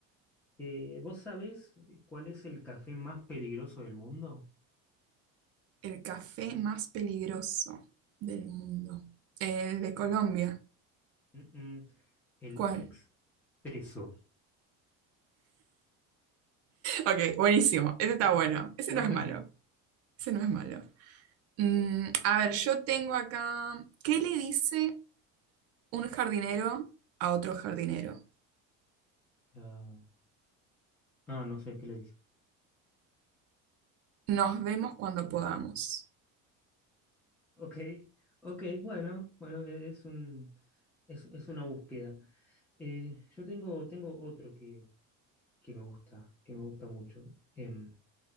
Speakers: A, in the centre; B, on the right.
A: Eh, ¿vos sabés cuál es el café más peligroso del mundo?
B: el café más peligroso del mundo. El de Colombia.
A: Mm, mm, el
B: ¿Cuál?
A: expreso.
B: Ok, buenísimo. Ese está
A: Sí.
B: bueno. Ese
A: Ah,
B: no es
A: bueno.
B: malo. Ese no es malo. Mm, a ver, yo tengo acá, ¿qué le dice? Un jardinero a otro jardinero.
A: Ah, ah, no sé qué le dice.
B: Nos vemos cuando podamos.
A: Ok, ok, bueno, bueno, e- es un, es, es una búsqueda. Eh, yo tengo, tengo otro que, que me gusta, que me gusta mucho. Em,